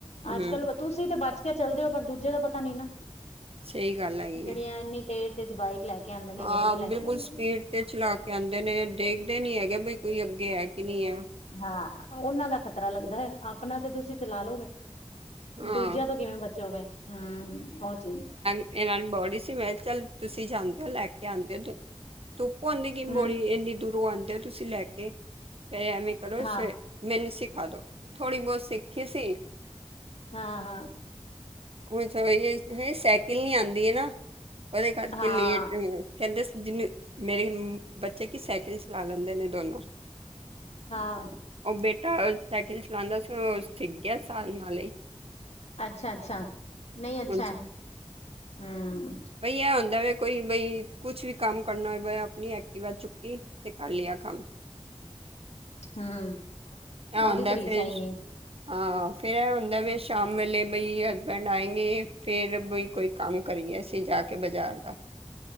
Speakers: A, on the right (about 60°); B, on the left (about 85°).
A: ਹੂੰ
B: ਅੱਜ ਕੱਲ ਬੱਚ ਤੁਸੀਂ ਤੇ ਬੱਚ ਕੇ ਚੱਲਦੇ ਹੋ ਪਰ ਦੂਜੇ ਦਾ ਪਤਾ ਨੀ ਨਾ
A: ਸਹੀ ਗੱਲ ਹੈਗੀ
B: ਜਿਹੜੀਆਂ
A: ਹੈ
B: ਇੰਨੀ ਤੇਜ਼ ਤੇਜ ਬਵਾਇਕ ਲੈ ਕੇ ਆਉਂਦੇ ਨੇ
A: ਹਾਂ
B: ਗੱਡੀਆਂ ਲੈ
A: ਬਿਲਕੁਲ
B: ਕੇ ਆਉਂਦੇ
A: ਸਪੀਡ
B: ਨੇ।
A: ਤੇਜ ਚਲਾ ਕੇ ਆਉਂਦੇ ਨੇ ਦੇਖਦੇ ਨੀ ਹੈਗੇ ਬਈ ਕੀ ਅੱਗੇ ਹੈ ਕਿ ਨਹੀਂ ਹੈ
B: ਹਾਂ ਉਹਨਾਂ ਦਾ ਖ਼ਤਰਾ ਲੱਗਦਾ ਹੈ ਆਪਣਾ ਤੇ ਤੁਸੀਂ ਚਲਾ ਲਓਗੇ
A: ਹਾਂ
B: ਦੂਜਿਆਂ ਤੋਂ ਕਿਵੇਂ ਬਚੋਗੇ ਹਮ ਉਹ ਚੀਜ਼
A: ਇਹ ਨਾਲ ਬਹੁੜੀ ਸੀ ਮੈਂ ਚੱਲ ਤੁਸੀਂ ਜਾਂਦੇ ਹੋ ਲੈ ਕੇ ਆਉਦੇ ਹੋ ਭਉਂਦੀ ਕਿ
B: ਹੂੰ
A: ਬੋਲੀ ਇੰਨੀ ਦੂਰੋਂ ਆਉਂਦੇ ਹੋ ਤੁਸੀਂ ਲੈ ਕੇ ਫਿਰ ਐਵੇਂ ਕਰੋ
B: ਹਾਂ
A: ਫ ਮੈਨੂੰ ਸਿਖਾ ਦੋ ਥੋੜ੍ਹੀ ਬਹੁਤ ਸਿੱਖੀ ਸੀ
B: ਹਾਂ ਹਾਂ
A: ਉਹਹੀ ਸਾਈਕਲ ਨੀ ਆਉਂਦੀ ਹੈ ਨਾ ਉਹਦੇ ਕਰਕੇ
B: ਹਾਂ
A: ਲੇਟ ਕਹਿੰਦੇ ਜਿਨੂੰ ਮੇਰੇ ਬੱਚੇ ਕੀ ਸਾਈਕਲ ਚਲਾ ਲੈਂਦੇ ਨੇ ਦੋਨੋ
B: ਹਾਂ
A: ਉਹ ਬੇਟਾ ਸਾਈਕਲ ਚਲਾਉਂਦਾ ਸੀ ਉਹ ਸਿੱ ਗਿਆ ਸਾਲ ਨਾਲ ਹੀ
B: ਅੱਛਾ ਅੱਛਾ ਨਹੀਂ ਅੱਛਾ
A: ਹਾਂਜੀ
B: ਹੈ ਹਮ
A: ਬਈ ਇਹ ਹੁੰਦਾ ਵ ਕੋਈ ਬਈ ਕੁਛ ਵੀ ਕੰਮ ਕਰਨਾ ਹੋ ਆਪਣੀ ਐਕਟੀਵਾ ਚੁੱਕੀ ਤੇ ਕਰ ਲਿਆ ਕੰਮ
B: ਹੂੰ ਉਹਦੀ
A: ਆਉਂਦਾ
B: ਤਾਂ ਰੀਸ
A: ਫੇਰ
B: ਹੈ ਹੀ ਨਹੀਂ
A: ਹਾਂ ਫਿਰ ਇਹ ਹੁੰਦਾ ਵੀ ਸ਼ਾਮ ਵੇਲੇ ਬਈ ਹਸਬੈਂਡ ਆਏਂਗੇ ਫਿਰ ਬਈ ਕੋਈ ਕੰਮ ਕਰੀਏ ਅਸੀਂ ਜਾ ਕੇ ਬਾਜ਼ਾਰ ਦਾ